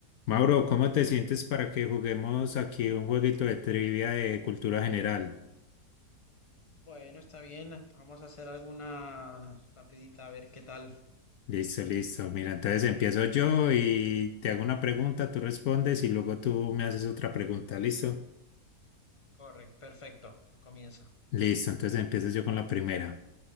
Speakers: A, on the left (about 70°); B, on the left (about 20°).
A: Mauro, ¿cómo te sientes para que juguemos aquí un jueguito de trivia de cultura general?
B: Bueno, está bien. Vamos a hacer alguna rapidita a ver qué tal.
A: Listo, listo. Mira, entonces empiezo yo y te hago una pregunta, tú respondes y luego tú me haces otra pregunta, ¿listo?
B: Correcto, perfecto. Comienza.
A: Listo, entonces empiezo yo con la primera.